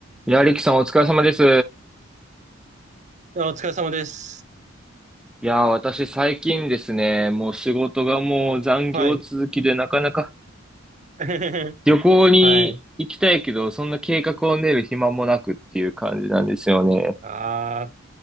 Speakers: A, in the centre; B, on the right.
A: いや、リキさんお疲れ様です。
B: いや、お疲れ様です。
A: いや、私最近ですね、もう仕事がもう残業続きでなかなか
B: はい。<laughs>
A: 旅行に行きたいけど、
B: はい。
A: そんな計画を練る暇もなくっていう感じなんですよね。
B: ああ、